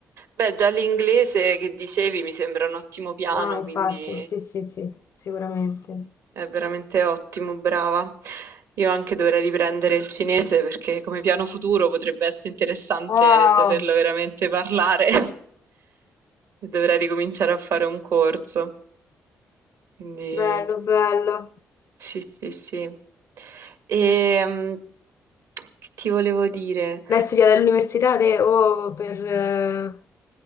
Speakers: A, on the right; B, on the left.
A: Beh, già l'inglese che dicevi mi sembra un ottimo piano,
B: No, infatti,
A: quindi
B: sì, sì, sì, sicuramente.
A: sì, sì, è veramente ottimo, brava. Io anche dovrei riprendere il cinese perché come piano futuro potrebbe essere interessante
B: Wow,
A: saperlo veramente parlare. <laughs> E Dovrei ricominciare a fare un corso. Quindi
B: bello, bello.
A: sì, sì, sì. E, che ti volevo dire?
B: Lei studia all'università te o per, eh,